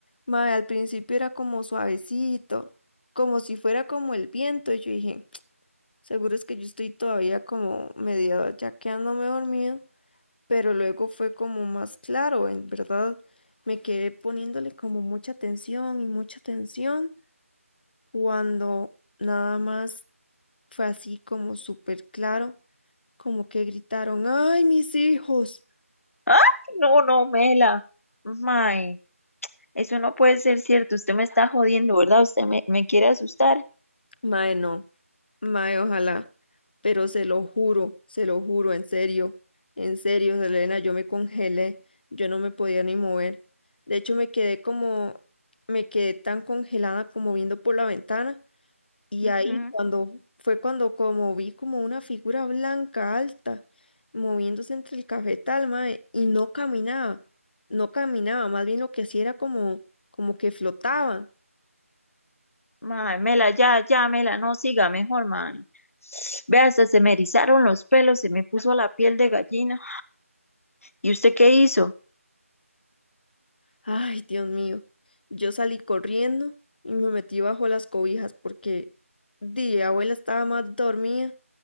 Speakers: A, on the left (about 40°); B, on the left (about 65°).
A: Mae, al principio era como suavecito, como si fuera como el viento. Y yo dije, <tsk> seguro es que yo estoy todavía como medio ya quedándome dormido. Pero luego fue como más claro, en verdad. Me quedé poniéndole como mucha atención y mucha atención cuando nada más fue así como súper claro, como que gritaron, ay, mis hijos.
B: ¡Ay, no, no, Mela! Mae, eso no puede ser cierto. Usted me está jodiendo, ¿verdad? Usted me, me quiere asustar.
A: Mae, no. Mae, ojalá. Pero se lo juro, se lo juro, en serio. En serio, Selena, yo me congelé. Yo no me podía ni mover. De hecho, me quedé como, me quedé tan congelada como viendo por la ventana. Y
B: Ujú.
A: ahí cuando, fue cuando como vi como una figura blanca alta moviéndose entre el cafetal, mae, y no caminaba. No caminaba, más bien lo que hacía era como, como que flotaba.
B: Mae, Mela, ya, ya, Mela, no siga mejor, mae. Vea, hasta se me erizaron los pelos, se me puso la piel de gallina. ¿Y usted qué hizo?
A: Ay, Dios mío. Yo salí corriendo y me metí bajo las cobijas porque di, abuela estaba más dormida